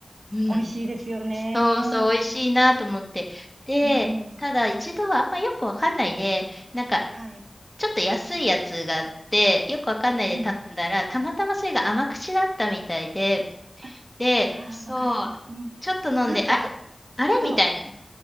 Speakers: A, in the centre; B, on the right.
A: ん。うん。
B: 美味しいですよね。
A: そうそう、美味しいなと思って。で、
B: うん。
A: ただ一度はあんまよくわかんないで、なんか、
B: はい。
A: ちょっと安いやつがあって、よくわかんないで頼んだら、
B: うん。
A: たまたまそれが甘口だったみたいで、
B: あ
A: で、
B: あー、
A: そう、
B: わかります。うん。
A: ちょっと飲んで、
B: なんか、
A: あれあれみたいな。
B: そう。